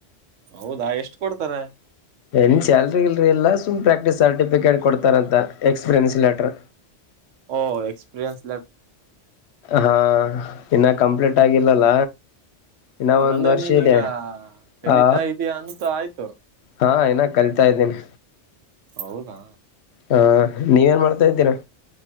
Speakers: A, on the right (about 85°); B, on the left (about 65°).
A: ಹೌದಾ ಎಷ್ಟು ಕೊಡ್ತಾರೆ
B: ಏನ್ ಸ್ಯಾಲ್ರಿಗೀಲ್ರಿ ಇಲ್ಲಾ ಸುಮ್ ಪ್ರಾಕ್ಟ್ ಸರ್ಟಿಫಿಕೇಟ್ ಕೊಡ್ತಾರಂತ ಎಕ್ಸ್ಪೀರಿಯನ್ಸ್ ಲೆಟರ್
A: ಓ ಎಕ್ಸ್ಪಿರಿಯೆನ್ಸ್
B: ಹಾ ಇನ್ನ ಕಂಪ್ಲೀಟ್ ಆಗಿಲ್ಲಲ್ಲ ಇನ್ನ
A: ಹಂಗಂದ್ರೆ
B: ಒಂದ್ ವರ್ಷ
A: ನೀನೀಗ
B: ಇದೆ
A: ಕಲಿತಾ
B: ಆ
A: ಇದೀಯಾ ಅಂತ ಆಯ್ತು
B: ಹಾ ಇನ್ನ ಕಲಿತಾ ಇದ್ದೀನಿ
A: ಹೌದಾ
B: ಹಾ ನೀವೇನ್ ಮಾಡ್ತಾ ಇದ್ದೀರಾ